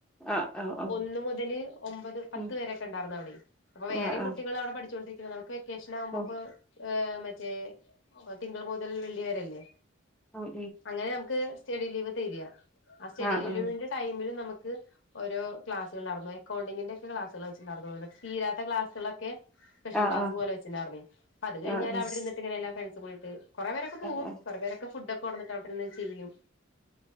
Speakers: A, in the centre; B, on the left.
A: ആഹ് ആഹ് ആഹ്
B: ഒന്നും ഒന്ന് മു തല് ഒമ്പത് പത്ത്
A: ഉം
B: പേരൊക്കെ ഉണ്ടാർന്നവിടെ അവിടെ അപ്പൊ വേറെയും
A: ആഹ് ആഹ്
B: കുട്ടികൾ അവിടെ പഠിച്ചൊണ്ടിരിക്ക നമുക്ക് വെ ക്കേഷനാകുമ്പോ ആകുമ്പോ
A: ഓഹ്
B: ഇപ്പൊ ഏഹ് മ റ്റെ തിങ്കൾ മുതൽ വെള്ളി വരല്ലേ
A: ഉം
B: അങ്ങനെ നമുക്ക് സ്റ്റഡി ലീവ് തര്യാ ആ സ്റ്റഡി
A: ഉം ആഹ് ആഹ്
B: ലീവിന്റെ ടൈമില് നമു ക്ക് ഓരോ ക്ലാസുകള് നട ത്തും അക്കൗണ്ടിങ്ങിന്റെ ക്ലാസ്സുകള് വച്ച് ഇണ്ടാരുന്നു ഇങ്ങനെ തീരാത്ത ക്ലാസ്സുകളൊക്കെ സ്പെഷ്യൽ
A: ആഹ്
B: ക്ലാസ്സ്
A: ആഹ്
B: പോലെ വച്ചിട്ടിണ്ടാർന്നേ. അത് കഴിഞ്ഞാല്
A: ആഹ്
B: അവിടിരുന്നിട്ട് ഇങ്ങനെ എല്ലാ ഫ്രണ്ട്സും കൂടീ ട്ട് കൊറേ പേരൊക്കെ പോവും.
A: ആഹ്
B: കൊറേ പേരൊക്കെ ഫുഡ്ഡക്കെ കൊണ്ടോന്നിട്ട് അവടിരുന്ന് തിയ്യും